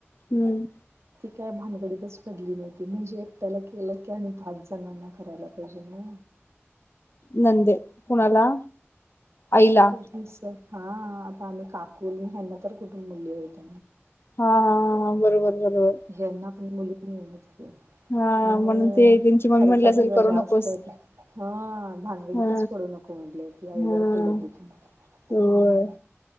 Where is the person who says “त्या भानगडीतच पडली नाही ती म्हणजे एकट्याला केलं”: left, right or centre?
Right